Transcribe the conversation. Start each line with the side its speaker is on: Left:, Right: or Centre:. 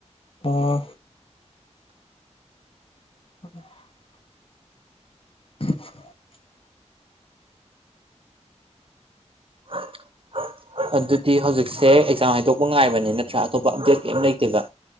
Left: ꯑꯣ <inaudible> <inaudible>
Right: <inaudible> ꯑꯗꯨꯗꯤ ꯍꯧꯖꯤꯛꯁꯦ ꯑꯦꯛꯖꯥꯝ ꯍꯥꯏꯗꯣꯛꯄ ꯉꯥꯏꯕꯅꯦ ꯅꯠꯇ꯭ꯔꯥ ꯑꯇꯣꯞꯄ ꯑꯞꯗꯦꯠ ꯀꯩꯝ ꯂꯩꯇꯦꯕ